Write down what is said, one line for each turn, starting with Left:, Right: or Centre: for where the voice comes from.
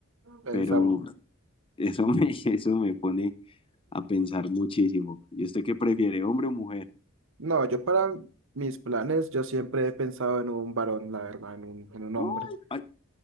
Right: Pensamos.
Left: pero eso me, <laughs> eso me pone a pensar muchísimo. ¿Y usted qué prefiere, hombre o mujer?
Right: No, yo para mis planes, yo siempre he pensado en un varón, la verdad, en un, en un hombre.
Left: Ay, ay.